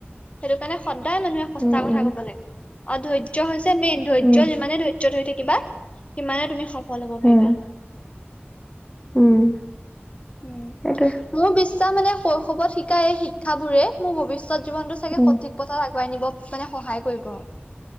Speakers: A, on the left; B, in the centre.
A: সেইটো কাৰণে সদায় মানুহে সচ্তা
B: উম
A: কথা
B: উম
A: কব লাগে আৰু ধৈৰ্য হৈছে মেইন ধৈৰ্য
B: উম
A: যিমানে ধৈৰ্য হৈ থাকিবা সিমানে তুমি সফল হব পাৰিবা
B: উম উম
A: উম
B: সটো
A: মোৰ বিশ্বাস মানে কৈশৱত শিকায় এই শিক্ষাবোৰে মোৰ ভৱিষ্যত জীৱনটো চাগে
B: উম
A: সঠিক পথত আগুৱাই নিব মানে সহায় কৰিব আৰু